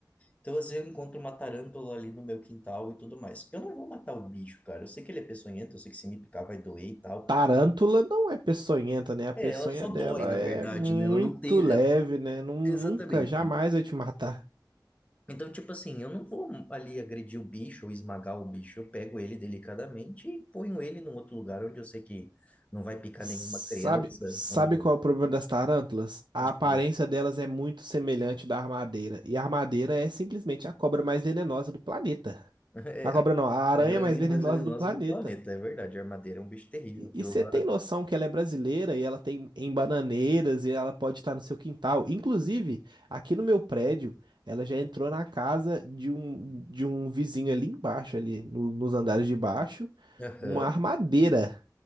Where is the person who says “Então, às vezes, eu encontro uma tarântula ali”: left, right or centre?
Left